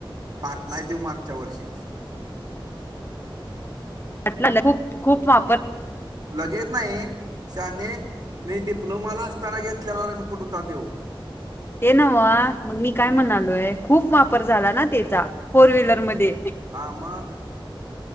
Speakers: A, on the right (about 50°); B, on the left (about 25°).
A: पाटलाय देऊ मागच्या वर्षीच
B: ट खूप खूप वा
A: लगेच नाही शने मी डिप्लोमाला असताना घेतलेला कडुता देव
B: ते नव मग मी काय म्हणालोय खूप वापर झाला ना त्याचा फोर व्हीलर मध्ये
A: हा आम